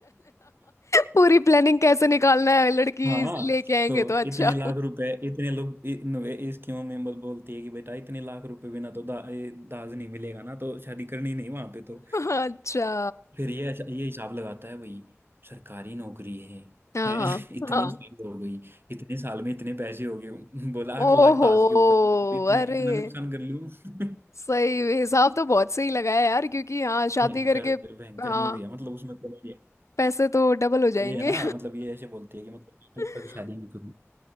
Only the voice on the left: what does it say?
पूरी प्लानिंग कैसे निकालना है लड़की
लेके आएंगे
तो अच्छा
अच्छा
हाँ
हाँ
हाँ
ओहो
अरे
सही हिसाब तो बहुत सही लगाया यार क्योंकि हाँ शादी
करके
हाँ
पैसे तो डबल हो जाएंगे
<laughs>